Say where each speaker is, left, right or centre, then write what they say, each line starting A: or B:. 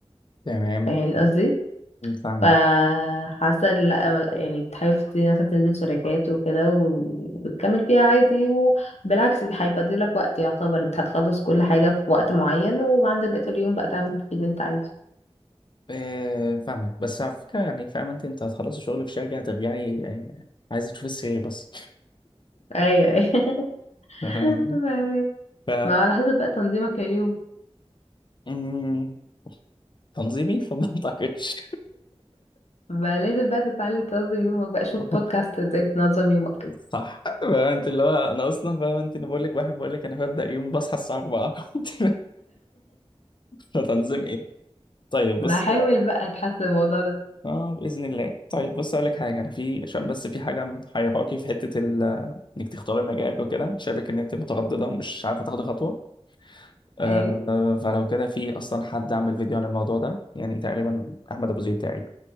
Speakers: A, on the left; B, on the left.
A: تمام
B: فاهم قصدي
A: فاهمك
B: فحاسة لا يعني تحاول تبتدي مثلا تنزل شركات وكده و- وتكمل فيها عادي وبالعكس دي هيفضلك وقت يعتبر انت هتخلص كل حاجة في وقت معين وعندك بقية اليوم بقى تعمل فيه اللي انت عايزه
A: آه، فاهمك بس على فكرة يعني فاهمة أنت أنت هتخلصي شغل في شركة هترجعي يعني عايزة تشوفي السرير بس
B: ايوه ايوه
A: <laughs>
B: <laughs> فاهمك.
A: فاهمني؟ ف
B: ما على حسب بقى تنظيمك لليوم
A: أمم، تنظيمي فما أعتقدش
B: ما لازم بقى تتعلم تنظم يومك بقى شوف
A: <laughs>
B: بودكاست ازاي تنظم يومك
A: صح <laughs> فاهم انت اللي هو انا اصلا فاهم انت انا بقول لك واحد بقول لك انا ببدا يوم بصحى الساعه 4 <laughs> فتنظيم ايه طيب
B: بحاول
A: بص
B: بقى تحسن الموضوع ده
A: اه باذن الله طيب بص اقول لك حاجه انا في عشان بس في حاجه محيراكي في حته ال... انك تختاري مجالك وكده شايفك ان انت متردده ومش عارفه تاخدي خطوه آه
B: ايوه
A: فلو كده في اصلا حد عمل فيديو عن الموضوع ده يعني تقريبا احمد ابو زيد تقريبا